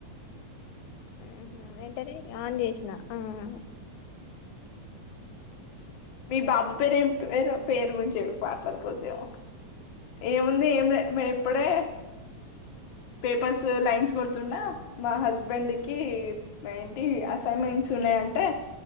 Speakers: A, on the left; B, on the left.
A: ఉహు ఏంటనే ఆన్ చేసిన ఉమ్
B: మీ బాబు పేరేం వేరు పేరు గుంరించే మాట్లాడుకోద్దేమో, ఏముంది ఎంలే ఇప్పుడే పేపర్స్ లైన్స్ కొడుతున్నా, మా హస్బెండ్ కి ఏంటి అసైన్మెంట్స్ ఉన్నాయంటే